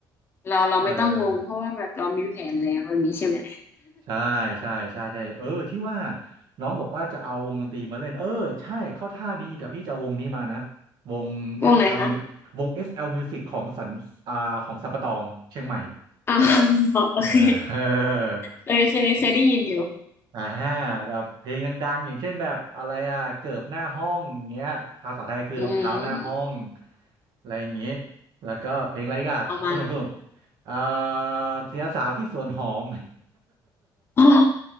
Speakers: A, on the left (about 25°); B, on the right (about 65°).
A: เราเราไม่ต้องงงเพราะว่าแบบเรามีแผนแล้วแบบนี้ใช่ไหม
B: เออ ใช่ใช่ใช่ใช่เออที่ว่าน้องบอกว่าจะเอาวงดนตรีมาเล่นเออใช่เข้าท่าดีแต่พี่จะเอาวงนี้มานะวง
A: <laughs> วงไหนคะ
B: SL Mu วง SL Music ของสันอ่าของสัมปะตองเชียงใหม่
A: อ๋า <laughs> โอเค
B: เออ <laughs> เออ
A: เคยเคยเคยได้ยินอยู่
B: อ่าฮะแบบเพลงดังๆอย่างเช่นแบบอะไรอ่ะเกิบหน้าห้องอย่างเงี้ยภาษาไทยคือรองเท้าหน้าห้อง
A: อืม
B: อะไรอย่างเงี้ยแล้วก็เพลงอะไรอีกันสนุกสนุก
A: ประมาณ
B: เอ่อเสียสาวที่สวนหอม
A: อ๋อ